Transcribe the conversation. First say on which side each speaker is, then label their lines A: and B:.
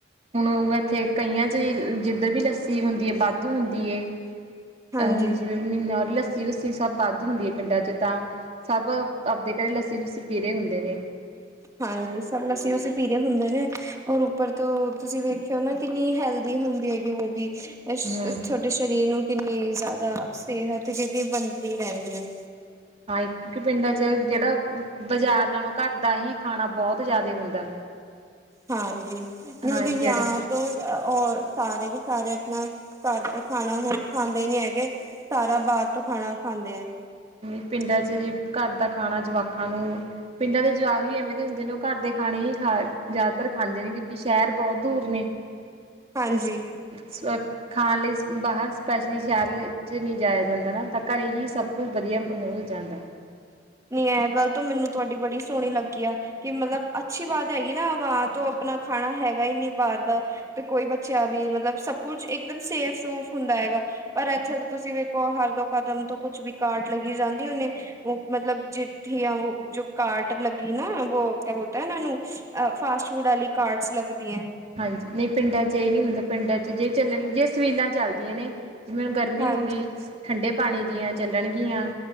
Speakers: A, on the right; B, on the right.
A: ਹੁਣ, ਉਹ ਇੱਥੇ ਕਈਆਂ ਚ ਜਿੱਧਰ ਵੀ ਲੱਸੀ ਹੁੰਦੀ ਹੈ, ਵਾਧੂ ਹੁੰਦੀ ਹੈ। ਅਹ,
B: ਹਾਂਜੀ
A: ਹੁਣ ਜਿਵੇਂ ਮਹੀਨਾ ਲੱਸੀ-ਲੁੱਸੀ ਸੱਭ ਵਾਧੂ ਹੁੰਦੀ ਹੈ ਪਿੰਡਾਂ 'ਚ ਤਾਂ। ਸੱਭ ਆਪਦੇ ਘਰੇ ਲੱਸੀ-ਲੁੱਸੀ ਪੀ ਰਹੇ ਹੁੰਦੇ ਨੇ।
B: ਹਾਂਜੀ, ਸੱਭ ਲੱਸੀ-ਲੁੱਸੀ ਪੀ ਰਹੇ ਹੁੰਦੇ ਨੇ ਔਰ ਉੱਪਰ ਤੋਂ ਤੁਸੀਂ ਵੇਖਿਓ ਨਾ ਕਿੰਨੀ ਹੈਲਦੀ ਹੁੰਦੀ ਹੈਗੀ ਵੋ ਬੀ। ਇਸ
A: ਹਮ
B: ਤੁਹਾਡੇ ਸਰੀਰ ਨੂੰ ਕਿੰਨੀ ਜ਼ਿਆਦਾ ਸਿਹਤ ਕਿੱਡੀ <unintelligible> ਬਣਦੀ ਰਹਿੰਦੀ ਹੈ।
A: ਹਾਂ, ਇੱਕ ਇੱਕ ਪਿੰਡਾਂ 'ਚ ਜਿਹੜਾ ਬਜਾਰ ਨਾਲੋਂ ਘਰ ਦਾ ਹੀ ਖਾਣਾ ਬਹੁਤ ਜਿਆਦਾ ਹੁੰਦਾ।
B: ਹਾਂਜੀ, ਮੈਨੂੰ
A: ਹਾਂ
B: ਤੇ
A: ਜਿਹੜਾ
B: ਯਾਦ ਔਰ-ਔਰ ਸਾਰੇ ਕੇ ਸਾਰੇ ਆਪਣਾ ਘਰ ਦਾ ਖਾਣਾ ਹੁਣ ਖਾਂਦੇ ਹੀ ਨੀ ਹੈਗੇ। ਸਾਰਾ ਬਾਹਰ ਤੋਂ ਖਾਣਾ ਖਾਂਦੇ ਆ।
A: ਨੀ ਪਿੰਡਾਂ ਚ ਵੀ ਘਰ ਦਾ ਖਾਣਾ ਜਵਾਕਾਂ ਨੂੰ ਪਿੰਡਾਂ ਦੇ ਜਵਾਕ ਵੀ ਐਵੇਂ ਦੇ ਹੁੰਦੇ ਨੇ, ਉਹ ਘਰ ਦੇ ਖਾਣੇ ਹੀ ਖਾ ਜ਼ਿਆਦਾਤਰ ਖਾਂਦੇ ਨੇ ਕਿਉਂਕਿ ਸ਼ਹਿਰ ਬੋਤ ਦੂਰ ਨੇ।
B: ਹਾਂਜੀ
A: ਦੱਸ? ਸੋ ਖਾਣ ਲਈ ਸ ਬਾਹਰ ਸਪੈਸ਼ਲੀ ਸ਼ਹਿਰ ਲਈ 'ਚ ਨਹੀਂ ਜਾਇਆ ਜਾਂਦਾ ਨਾ, ਤਾਂ ਘਰੇ ਹੀ ਸਭ ਕੁਝ ਵਧੀਆ ਮਹੋਲ ਹੋ ਜਾਂਦਾ।
B: ਨੀ ਐ ਗੱਲ ਤਾਂ ਮੈਨੂੰ ਤੁਹਾਡੀ ਬੜੀ ਸੋਹਣੀ ਲੱਗੀ ਆ। ਕਿ ਮਤਲਬ ਅੱਛੀ ਬਾਤ ਹੈਗੀ ਨਾ, ਵਾਂ ਤੋਂ ਆਪਣਾ ਖਾਣਾ ਹੈਗਾ ਹੀ ਨੀ ਬਾਹਰ ਦਾ। ਤੇ ਕੋਈ ਬੱਚਾ ਵੀ ਮਤਲਬ ਸਭ ਕੁਛ ਇੱਕਦਮ ਸੇਫ-ਸੂਫ ਹੁੰਦਾ ਹੈਗਾ। ਪਰ ਇੱਥੇ ਤੁਸੀਂ ਵੇਖੋ, ਹਰ ਦੋ ਕਦਮ ਤੋਂ ਕੁਛ ਵੀ ਕਾਰਟ ਲੱਗੀ ਜਾਂਦੀ, ਹੁਣੇ ਉਹ ਮਤਲਬ ਜਿੱਥੇ ਉਹ ਜੋ ਕਾਰਟ ਲੱਗੀ ਨਾ, ਵੋ ਕਿਆ ਬੋਲਤੇ ਉਹਨਾਂ ਨੂੰ ਅ ਫਾਸਟ ਫੂਡ ਆਲੀ ਕਾਰਟਸ ਲੱਗਦੀਐਂ।
A: ਹਾਂਜੀ, ਨਹੀਂ, ਪਿੰਡਾਂ ਚ ਇਹ ਨਹੀਂ ਹੁੰਦਾ, ਪਿੰਡਾਂ ਚ ਜੇ ਚੱਲਣ ਜੇ ਸਵੀਲਾਂ ਚੱਲਦੀਆਂ ਨੇ। ਜਿਵੇਂ ਹੁਣ ਗਰਮੀ
B: ਹਾਂਜੀ
A: ਹੋ ਗਈ। ਠੰਡੇ ਪਾਣੀ ਦੀਆਂ ਚੱਲਣਗੀਆਂ,